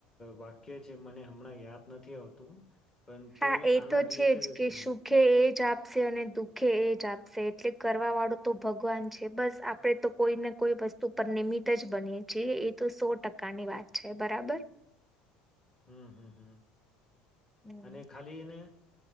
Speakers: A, on the left; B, in the centre.
A: વાક્ય મને હમણાં યાદ નથી આવતું પણ
B: હા
A: તોય
B: એ
A: આના
B: તો
A: રિલેટેડ
B: છે જ કે
A: છે હું
B: સુખે એ જ એ જ આપશે અને દુઃખે એ જ આપશે એટલે કરવા વાળું તો ભગવાન છે બસ આપણે તો કોઈને કોઈ વસ્તુ પર નિિમિટ જ બનીએ છીએ એ તો સો ટકાની વાત છે બરાબર
A: હમ હમ હમ
B: હમ
A: અને ખાલી એને